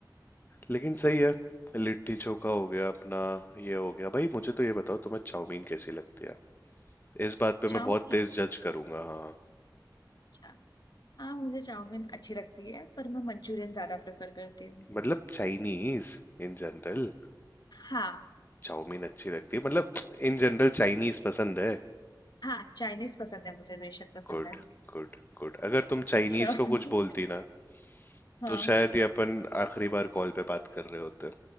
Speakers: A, on the left; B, on the left.
A: लेकिन सही है लिट्टी चोखा हो गया अपना ये हो गया भाई मुझे तो ये बताओ तुम्हें चाउमीन कैसी लगती है इस बात पे
B: चाउमीन
A: मैं बहुत तेज जज करूंगा हाँ
B: अच्छा हाँ मुझे चाउमीन अच्छी लगती है पर मैं मंचूरियन ज्यादा प्रेफर करती हूँ
A: मतलब चाइनीज इन जनरल
B: हाँ
A: चाउमीन अच्छी लगती है मतलब इन जनरल चाइनीज पसंद है
B: हाँ चाइनीज पसंद है मुझे बेशक पसंद
A: गुड
B: है
A: Good good अगर तुम चाइनीज
B: अच्छा
A: को
B: <laughs>
A: कुछ बोलती ना
B: हाँ
A: तो शायद ये अपन आखिरी बार कॉल पे बात कर रहे होते